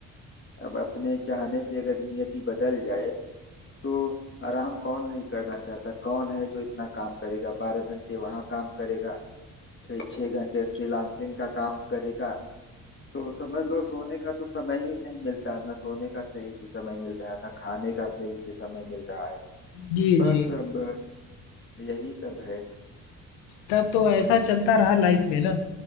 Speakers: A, on the left; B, on the left.
A: अब अपने चाहने से अगर नियति बदल जाए तो आराम कौन नहीं करना चाहता कौन है जो इतना काम करेगा बारह घंटे वहां काम करेगा फिर छह घंटे फ्रीलांसिंग का काम करेगा तो समझ लो सोने का तो समय ही नहीं मिलता ना सोने का सही से समय मिल रहा है ना खाने का सही से समय मिल रहा है
B: जी
A: बस
B: जी
A: अब यही सब है
B: तब तो ऐसा चलता रहा लाइफ में ना